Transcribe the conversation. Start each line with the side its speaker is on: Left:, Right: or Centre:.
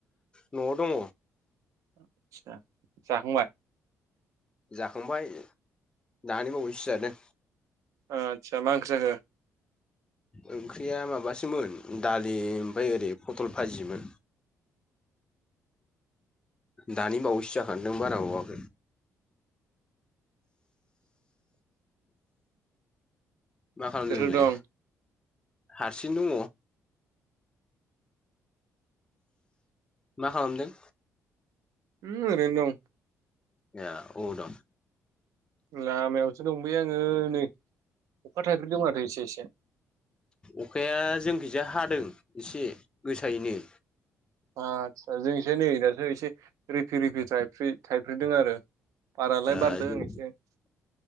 Left: न'आव दङ
Right: आसा जाखांबाय
Left: जाखांबाय दानिबावैसोो जानो
Right: आचसा मा ओंख्रि जाखो
Left: ओंख्रिया माबासोमोन दालि ओमफ्राय ओरै पटल भाजिमोन दानि बावैसो जाखांदों बारा बावगोन <inaudible> <inaudible> <unintelligible> मा खालामदों
Right: सोर सोर
Left: नोंलाय
Right: दं
Left: हारसिं दङ मा खालामदों
Right: ओरैनो दं
Left: ए औ दं
Right: लामायावसो दंलै आङो नै अखा थाइबै दं माथ' एसे एसे
Left: अखाया जोंखैजा हादों एसे गोसायैनो
Right: आतसा जोंसो नै दासो एसे रिफि रिफि थाइ्रि थाइफैदों आरो बारालाय
Left: ओ
Right: बारदों
Left: जों
Right: एसे